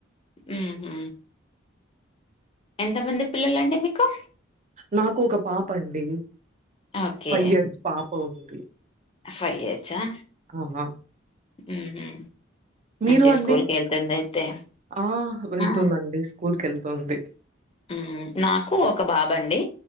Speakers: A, on the left (about 30°); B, on the right (about 40°).
A: మ్ హూ. ఎంతమంది పిల్లలండి మీకు?
B: నాకు ఒక పాప అండి
A: ఓకే
B: ఫైవ్ ఇయర్స్ పాప ఉంది.
A: ఫైవ్ ఇయర్స్ ఆ
B: ఆహా
A: హ్మ్ హు
B: మీరు
A: మంచిగా
B: అండి?
A: స్కూల్ కి వెళ్తుంది అయితే
B: ఆ! వెళ్తుందండి.
A: ఆ
B: స్కూల్‌కెళ్తుంది.
A: హ్మ్ నాకు ఒక బాబు అండి